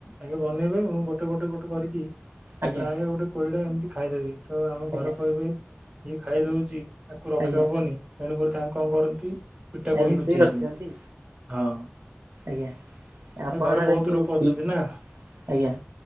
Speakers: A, on the right (about 25°); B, on the right (about 60°).
A: ଆଗେ ବନେଇବେ ମୁଁ ଗୋଟେ ଗୋଟେ ଗୋଟେ କରିକି
B: ଆଜ୍ଞା
A: ପ୍ରାୟ ଗୋଟେ କୋଡ଼ିଟା ଏମିତି ଖାଇଦେବି ତ ଆମ
B: ଆଜ୍ଞା
A: ଘର କହିବେ ଇିଏ ଖାଇଦେଉଚି ତାକୁ ରଖିହେବନି।
B: ଆଜ୍ଞା
A: ତେଣୁକରି ତାଙ୍କୁ କଣ କରନ୍ତି ପିଠା
B: ଏ
A: କୁ ହିଁ ଲୁଚେଇ
B: ରଖିଦିଅନ୍ତି
A: ଦିଅନ୍ତି, ହଁ।
B: ଆଜ୍ଞା। ଆପଣ
A: ଆରେ ଘରେ
B: ଆଡେ
A: ବହୁତ
B: ଯୋଉ
A: ଲୋକ ଅଛନ୍ତି
B: ବି
A: ନା।
B: ଆଜ୍ଞା।